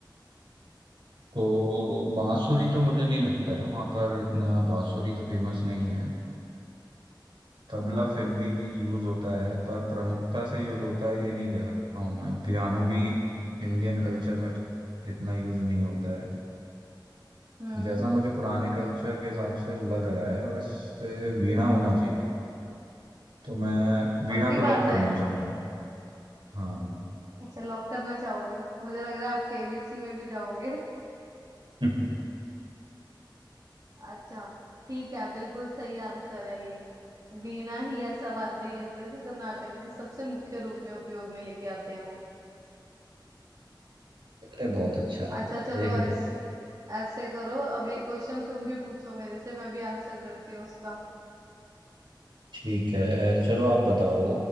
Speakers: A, on the right; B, on the right.
A: तो बांसुरी तो मुझे नहीं लगता है वहाँ पर इतना बांसुरी तो फेमस नहीं है तबला
B: हाँ
A: फिर भी यूज होता है पर प्रमुखता से यूज होता है ये नहीं कह सकता हूँ मैं पियानो भी इंडियन कल्चर में तो इतना यूज नहीं होता है
B: हम्म
A: जैसा मुझे पुराने कल्चर के हिसाब से लग रहा है वैसे वीणा होना चाहिए तो मैं वीणा
B: पक्की
A: को लॉक
B: बात
A: करना
B: है
A: चाहूंगा हाँ
B: अच्छा लॉक करना चाहोगे मुझे लग रहा है आप केबीसी में भी जाओगे
A: <laughs>
B: अच्छा ठीक है बिल्कुल सही आंसर है ये वीणा ही ऐसा वाद्य यंत्र है जो कर्नाटक में सबसे मुख्य रूप में उपयोग में लेके आते हैं वो
A: अरे बहुत अच्छा
B: अच्छा चलो
A: देख लो
B: ऐस ऐसे करो अब एक क्वेश्चन तुम भी पूछो मेरे से मैं भी आंसर करती हूँ उसका
A: ठीक है चलो आप बताओ